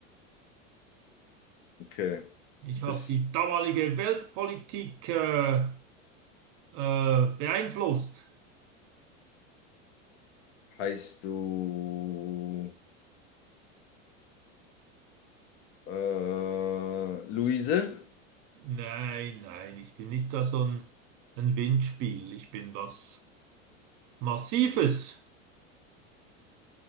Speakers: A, on the left; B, on the right.
A: Okay.
B: Ich
A: Du bist,
B: habe die damalige Weltpolitik äh, äh, beeinflusst.
A: heißt du äh, Luise?
B: Nein, nein, ich bin nicht da so ein, ein Windspiel. Ich bin was Massives.